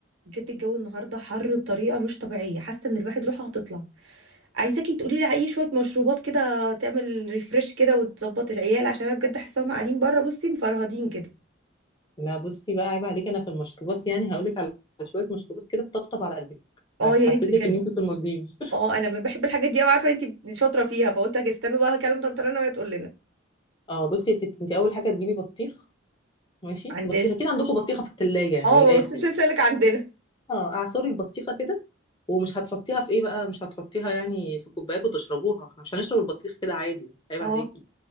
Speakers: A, on the right; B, on the left.
A: بجد الجو النهارده حر بطريقه مش طبيعيه حاسه ان الواحد روحه هتطلع عايزاكي تقولي لي على اي شويه مشروبات كده تعمل ريفرش كده وتظبط العيال عشان انا بجد حاسه هم قاعدين بره بصي مفرهدين كده
B: لا بصي بقى عيب عليك انا في المشروبات يعني هقولك على شويه مشروبات كده تطبطب على قلبك
A: اه
B: هتحسسك
A: يا ريت بجد
B: ان انت في المالديف
A: اه انا ب- بحب الحاجات دي قوي عارفه انت شاطره فيها فقلت أجي استنوا بقى هكلم طنط رنا وهي تقول لنا
B: <laughs> اه بصي يا ستي انت اول حاجه تجيبي بطيخ ماشي
A: عندنا
B: بطيخه كده عندكم بطيخه في الثلاجه يعني
A: اه
B: من الاخر
A: ما قلت
B: يعني
A: لسه عندنا
B: اه اعصري البطيخه كده ومش هتحطيها في ايه بقى مش هتحطيها يعني في كوبايات وتشربوها احنا مش هنشرب البطيخ كده عادي عيب
A: اه
B: عليكي